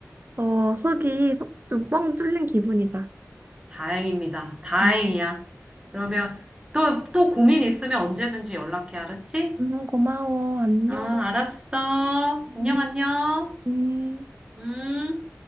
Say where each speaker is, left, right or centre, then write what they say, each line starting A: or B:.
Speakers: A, on the right; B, on the right.
A: 어, 속이 좀 뻥 뚫린 기분이다.
B: 다행입니다. 다행이야.
A: 음,
B: 그러면 또, 또 고민 있으면 언제든지 연락해, 알았지?
A: 무 고마워. 안녕.
B: 어, 알았어.
A: 음.
B: 안녕, 안녕.
A: 음.
B: 음.